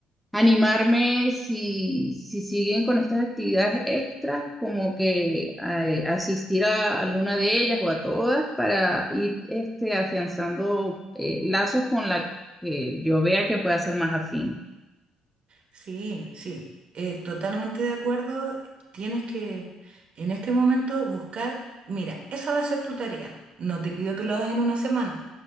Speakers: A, in the centre; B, on the right.
A: Animarme si, si siguen con estas actividades extras, como que eh, asistir a alguna de ellas o a todas para ir este, afianzando eh, lazos con la que yo vea que pueda ser más afín.
B: Sí, sí, eh, totalmente de acuerdo. Tienes que en este momento buscar, mira, esa va a ser tu tarea. No te pido que lo hagas en una semana,